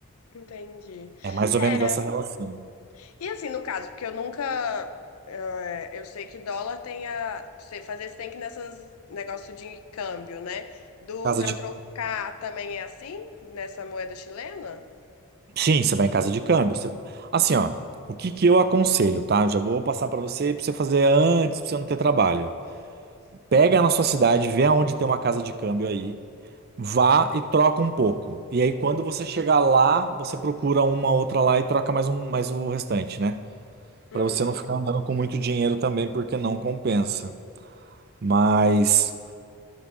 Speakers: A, on the left; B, on the right.
A: entendi.
B: É mais ou
A: É.
B: menos essa relação.
A: E assim, no caso, porque eu nunca. eh, Eu sei que dólar tem a. Você fazer, você tem que ir nessas negócio de câmbio, né? Do
B: Casa
A: para
B: de...
A: trocar também é assim? Nessa moeda chilena?
B: Sim, você vai em casa de câmbio. Você- Assim, ó, o que que eu aconselho, tá? Eu já vou passar para você, para você fazer antes, para você não ter trabalho. Pega na sua cidade, vê aonde tem uma casa de câmbio aí, vá e troca um pouco. E aí, quando você chegar lá, você procura uma outra lá e troca mais um, mais o restante, né? Pra
A: Hum,
B: você não ficar andando com muito dinheiro também, porque não compensa. Mas